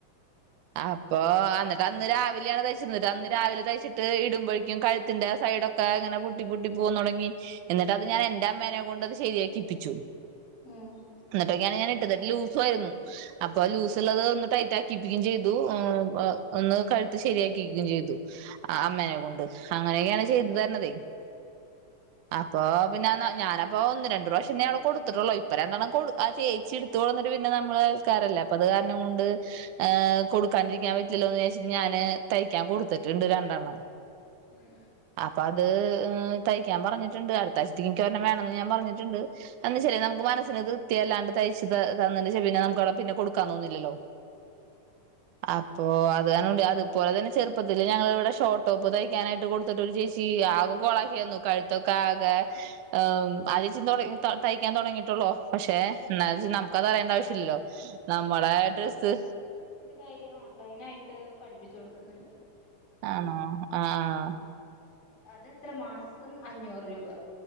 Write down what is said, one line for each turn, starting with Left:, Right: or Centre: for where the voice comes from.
Right: അപ്പോ അന്ന് ട്ടന്ന് രാവിലെയാണ് തയ്ച്ചന്ന് ന്നിട്ട് അന്ന് രാവിലെ തയ്ച്ചിട്ട് ഇടുമ്പോഴേക്കും കഴ് ത്തിന്റെ സൈഡൊക്കെ ഇങ്ങനെ പൊട്ടി പൊട്ടി പോവാൻ തൊടങ്ങി. എന്നിട്ട്ത് ഞാൻ എന്റെ അമ്മേനെ കൊണ്ട്ത് ശരിയാക്കിപ്പിച്ചു.
Left: ഉം
Right: ഇന്നിട്ടൊക്കെയാണ് ഞാനിട്ടത് ലൂസും ആയിരുന്നു അപ്പ ലൂസള്ളത് ഒന്ന് ടൈറ്റാക്കിപ്പിക്കുകയും ചെയ്തു ഒന്ന് കഴുത്ത് ശരിയാക്കികയും ചെയ്തു അമ്മേനെ കൊണ്ട് അങ്ങനെയൊക്കെയാണ് ചെയ്തു തരണതേ അപ്പൊ അപ്പൊപിന്നെ ന്ന ഞാനപ്പോ ഒന്ന് രണ്ട്രാവിശ്യം ഞാനവിടെ കൊടുത്തിട്ടുള്ളോ ഇപ്പംരണ്ടണ്ണം കൊടു ആഹ് ചേച്ചിട് ത്ത് കൊട്ന്നിട്ട് പിന്നെ നമ്മള് അയൽക്കാരല്ലെ അപ്പത് കാരണം കൊണ്ട് ഏഹ് കൊടുക്കാണ്ടിരിക്കാൻ പറ്റില്ലല്ലോന്ന് വിജാരിച്ചിട്ട് ഞാാന് തയ്ക്കാൻ കൊടുത്തിട്ടുണ്ട് രണ്ടെണ്ണം.
Left: ഉം
Right: അപ്പൊ അത് തയ്ക്കാൻ പറഞ്ഞിട്ടുണ്ട് അടുത്താഴ്ചത്തേക്ക് ഇക്കൊരെണം വേണന്ന് ഞാൻ പറഞ്ഞിട്ടുണ്ട് എന്നചാലെ നമുക്ക് മനസ്സിന് തൃപതിയല്ലാണ്ട് തയ്ച് ത തന്നിണ്ടെചേ പിന്നെ നമ്കവ്ടെ പിന്നെ കൊടു ക്കാണോന്നില്ലല്ലോ അപ് പ്പോ അത് കാരണം കൊണ്ട് അത് പോലെ തന്നെ ചെറുപ്പത്തില് ഞങ്ങളവിടെ ഷോട്ടോപ്പ് തയ് ക്കാനായിട്ട് കൊടുത്തിട്ട് ഒരു ചേച്ചി ആകെ കൊളാക്കി തന്നു കഴുത്തൊക്കെ ആകെ ഏഹ് ആ ചേച്ചി ഇന്നോളെ ത തയ്ക്കാൻ തൊടങ്ങിട്ടൊള്ളോ പക്ഷെ എന്നാ വെച്ച് നമുക്കതറിയണ്ടാവിശ്യല്ലല്ലോ നമ്മളെ ഡ്രസ്സ്
Left: കാര്യമാണ് ഓനായിട്ട് പഠിപ്പിച്ചു കൊടുക്കുന്നുണ്ട്
Right: ആണോ ആഹ്
Left: അതെത്ര മാസം അഞ്ഞൂറ് രൂപ